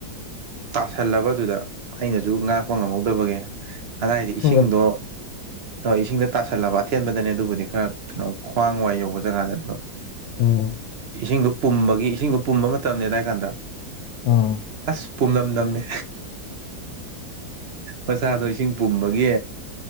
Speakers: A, on the right (about 80°); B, on the left (about 75°).
A: ꯇꯥꯁꯜꯂꯕꯥꯗꯨꯗ ꯑꯩꯅꯖꯨ ꯉꯥꯛꯄ ꯉꯝꯍꯧꯗꯕꯒꯤ ꯑꯗꯥꯏꯗꯤ
B: ꯏꯁꯤꯡꯗ
A: ꯏꯁꯤꯡꯗꯣ-ꯏꯁꯤꯡꯗ ꯇꯥꯁꯜꯂꯕ ꯑꯊꯦꯟꯕꯗꯅꯦ ꯑꯗꯨꯕꯨꯗꯤ ꯈꯔ ꯀꯩꯅꯣ ꯈ꯭ꯋꯥꯡ ꯋꯥꯏ ꯌꯧꯕ ꯖꯒꯥꯗ ꯑꯗꯣ
B: ꯎꯝ
A: ꯏꯁꯤꯡꯗꯨ ꯄꯨꯝꯕꯒꯤ ꯏꯁꯤꯡꯗꯨ ꯄꯨꯝꯕ ꯃꯇꯝ ꯅꯦ ꯑꯗꯥꯏ ꯀꯥꯟꯗ
B: ꯎꯝ
A: ꯑꯁ ꯄꯨꯝꯅꯝ ꯅꯝꯃꯦ ꯃꯁꯥꯗꯣ ꯏꯁꯤꯡ ꯄꯨꯝꯕꯒꯤ